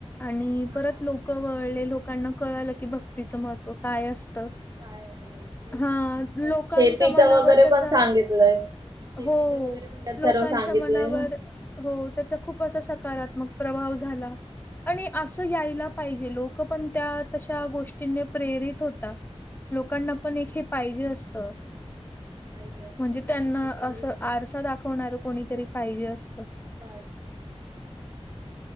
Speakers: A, on the left (about 15°); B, on the right (about 35°).
A: आणि
B: हा
A: परत लोक वळले. लोकांना कळालं की भक्तीचं महत्त्व काय असतं.
B: काय आहे तेच
A: हा.
B: ना. त्यात
A: लोकांच्या
B: शेतीच
A: मनावर
B: वगैरे
A: तर
B: पण
A: -
B: सांगितलंय. शेतीचं
A: हो.
B: वगैरे पण त्यात सर्व
A: लोकांच्या
B: सांगितलंय
A: मनावर-
B: ना.
A: हो. त्याचा खूप असा सकारात्मक प्रभाव झाला. आणि - असं
B: हा
A: यायला
B: ना. हा
A: पाहिजे. लोक पण त्या तशा गोष्टींनी प्रेरित होतात. लोकांना पण एक
B: ना.
A: हे पाहिजे असतं.
B: पाहिजे असतात
A: म्हणजे त्यांना
B: सगळे
A: असं आरसा दाखवणारं कोणीतरी पाहिजे असतं.
B: बाय.